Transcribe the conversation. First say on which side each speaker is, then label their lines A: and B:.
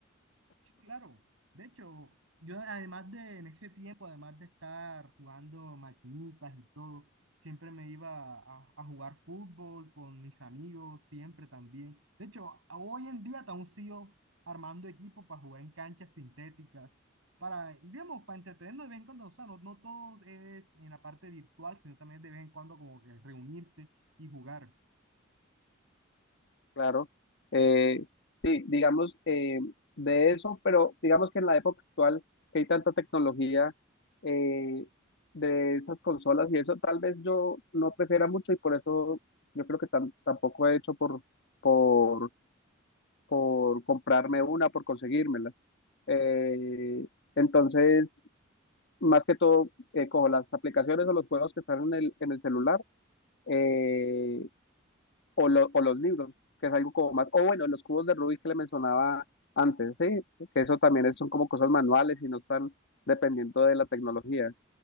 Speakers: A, on the right (about 75°); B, on the left (about 60°).
A: Sí, claro. De hecho, yo además de en ese tiempo, además de estar jugando maquinitas y todo, siempre me iba a, a jugar fútbol con mis amigos, siempre también. De hecho, hoy en día aún sigo armando equipos para jugar en canchas sintéticas, para, digamos, para entretenernos de vez en cuando. O sea, no, no todo es en la parte virtual, sino también de vez en cuando como que reunirse y jugar.
B: claro. Eh, sí, digamos, eh, de eso, pero digamos que en la época actual, que hay tanta tecnología eh, de esas consolas y eso, tal vez yo no prefiera mucho y por eso yo creo que tam- tampoco he hecho por, por, por comprarme una, por conseguírmela. Eh, entonces, más que todo eh, cojo las aplicaciones o los juegos que están en el, en el celular eh, o, lo- o los libros, que es algo como más, o bueno, los cubos de Rubik que le mencionaba antes, sí, que eso también es- son como cosas manuales y no están dependiendo de la tecnología,